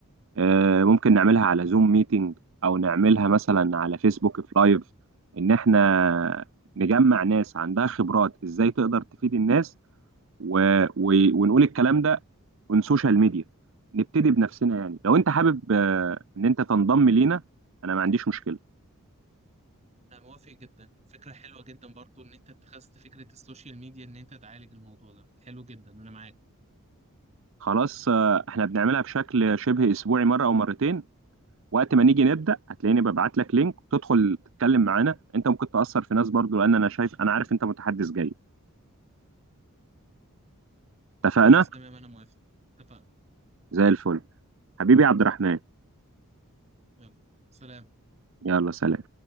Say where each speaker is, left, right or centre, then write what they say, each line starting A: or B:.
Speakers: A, on the right (about 60°); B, on the right (about 30°).
A: آه، ممكن نعملها على زوم ميتنج او نعملها مثلا على فيسبوك في لايف ان احنا نجمع ناس عندها خبرات ازاي تقدر تفيد الناس و... و... ونقول الكلام ده on سوشيال ميديا نبتدي بنفسنا يعني لو انت حابب آه، ان انت تنضم لينا انا ما عنديش مشكلة
B: انا موافق جدا فكره حلوه جدا برضو ان انت اتخذت فكره السوشيال ميديا ان انت تعالج الموضوع ده حلو جدا انا معاك
A: خلاص آه، احنا بنعملها بشكل شبه اسبوعي مرة او مرتين وقت ما نيجي نبدأ هتلاقيني ببعت لك لينك وتدخل تتكلم معانا انت ممكن تأثر في ناس برضو لان انا شايف انا عارف انت متحدث جيد اتفقنا
B: خلاص تمام انا موافق اتفقنا
A: زي الفل حبيبي عبد الرحمن
B: يلا سلام
A: يلا سلام